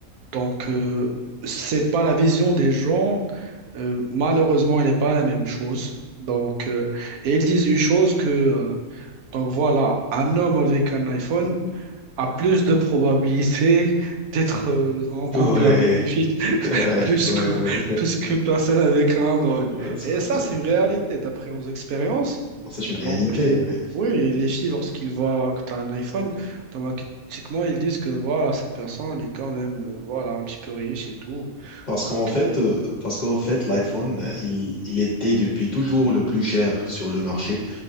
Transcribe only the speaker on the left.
Ouais,
<laughs> ouais,
ouais,
ouais.
Parce
que,
euh,
C'est une réalité.
ouais.
Parce
qu'en fait,
euh, parce qu'en fait, l'iPhone, euh, il, il était depuis toujours le plus cher sur le marché.